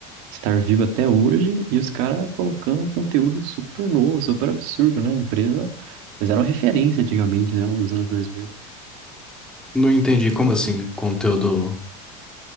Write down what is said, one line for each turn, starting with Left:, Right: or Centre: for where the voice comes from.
Right: estar vivo até hoje, e os caras colocando um conteúdo super novo, super absurdo, né, a empresa... Fizeram referência antigamente, né, nos anos dois mil
Centre: Não entendi como assim, conteúdo.